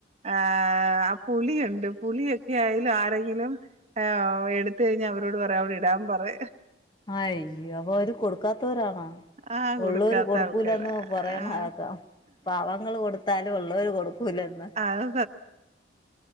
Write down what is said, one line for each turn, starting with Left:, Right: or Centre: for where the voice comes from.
Right: ആഹ് ആ പുളിയുണ്ട് പുളിയൊക്കെ ആയ്ലാരെങ്കിലും. ആ എടുത്ത കഴിഞ്ഞ അവരോട് പറയാ അവടെ ഇടാൻ പറയ.
Left: അയ്യോ അപ്പൊ അവര് കൊടുക്കാത്തോരാണ?
Right: ആഹ് കൊടുക്കാത്ത
Left: ഒള്ളോര് കൊടുക്കൂലന്ന്
Right: ആൾക്കാരാ
Left: പറയണെക്കാം.
Right: ആഹ്
Left: പാവങ്ങള് കൊടുത്താലും ഒള്ളോര് കൊടുക്കൂലന്ന.
Right: അത്